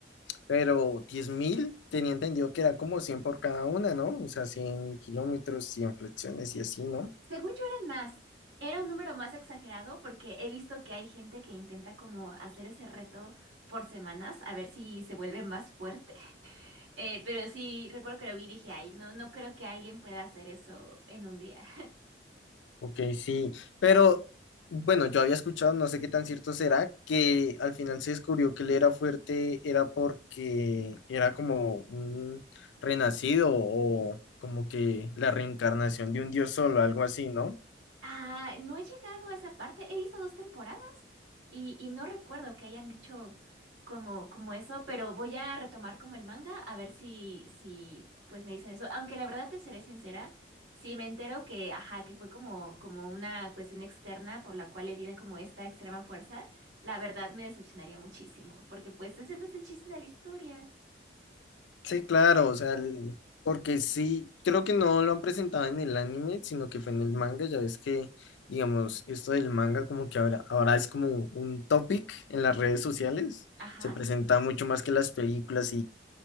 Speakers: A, on the left; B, on the right.
A: pero 10.000 tenía entendido que era como 100 por cada una, ¿no? O sea, 100 kilómetros, 100 flexiones y así, ¿no?
B: Según yo eran más, era un número más exagerado porque he visto que hay gente que intenta como hacer ese reto por semanas a ver si se vuelve más fuerte. <laughs> Eh, pero sí, recuerdo que lo vi y dije, ay, no, no creo que alguien pueda hacer eso en un día.
A: Ok, sí, pero bueno, yo había escuchado, no sé qué tan cierto será, que al final se descubrió que él era fuerte, era porque era como un renacido o como que la reencarnación de un dios solo, algo así, ¿no?
B: Ah, no he llegado a esa parte. He visto dos temporadas y, y no recuerdo que hayan dicho como, como eso, pero voy a retomar como el manga a ver si, si pues me dicen eso. Aunque la verdad te seré sincera, si me entero que, ajá, que fue como, como una cuestión externa por la cual él tiene como esta extrema fuerza, la verdad me decepcionaría muchísimo, porque pues ese no es el chiste de la historia.
A: Sí, claro, o sea, el- porque sí, creo que no lo han presentado en el anime, sino que fue en el manga, ya ves que, digamos, esto del manga como que ahora, ahora es como un topic en las redes sociales,
B: Ajá,
A: se presenta mucho más que las películas